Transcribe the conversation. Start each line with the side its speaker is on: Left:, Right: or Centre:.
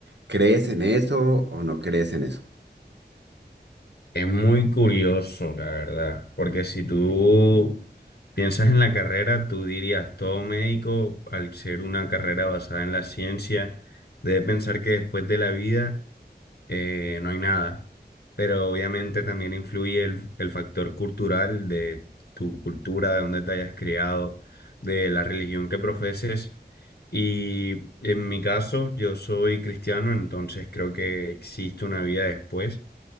Right: ¿crees en eso o no crees en eso?
Left: Es muy curioso, la verdad, porque si tú piensas en la carrera, tú dirías, todo médico, al ser una carrera basada en la ciencia, debe pensar que después de la vida eh, no hay nada, pero obviamente también influye el, el factor cultural de tu cultura, de dónde te hayas criado, de la religión que profeses. Y en mi caso, yo soy cristiano, entonces creo que existe una vida después